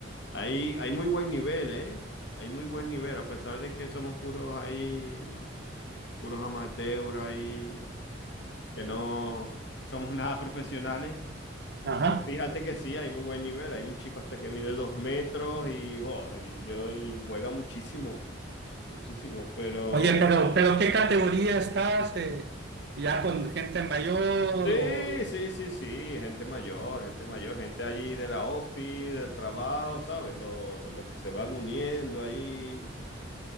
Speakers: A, on the left; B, on the right.
A: ahí hay muy buen nivel, ¿eh? Hay muy buen nivel, a pesar de que somos puros ahí, puros amateurs ahí que no somos nada profesionales,
B: Ajá.
A: pero fíjate que sí, hay muy buen nivel. Hay un chico hasta que mide dos metros y, jo, y yo, y juega muchísimo, muchísimo, pero
B: Oye, pero, pero ¿qué categoría estás? eh? ¿ya con gente mayor? O...
A: sí, sí, sí, sí, gente mayor, gente mayor, gente allí de la ofi del trabajo, ¿sabes? Lo- Los que se van uniendo ahí,